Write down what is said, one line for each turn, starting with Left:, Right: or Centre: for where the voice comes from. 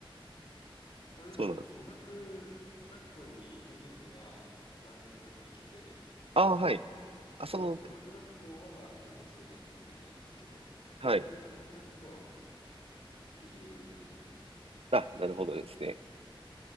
Right: <laughs>
Left: あ、でも、
Right: そうなんです。
Left: 語学学校に行く分には、何歳でも行けて、
Right: ああ、はい。あ、その、
Left: あの、語学学校は年齢制限が特にないんですけど、
Right: はい。
Left: まあ大学ってなると、いるようになります。
Right: あ、なるほどですね。